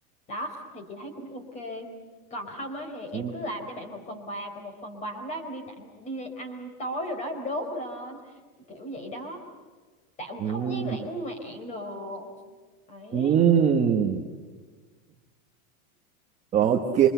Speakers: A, on the left; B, on the right.
A: đó thì chị thấy cũng ok còn không á thì em
B: Ừm.
A: cứ làm cho bạn một phần quà còn một phần quà hôm đó em đi tặng đi ăn tối rồi đó em đốt lên kiểu vậy đó tạo một
B: Ừm.
A: không gian lãng
B: <laughs>
A: mạn đồ ấy
B: Ừm, ok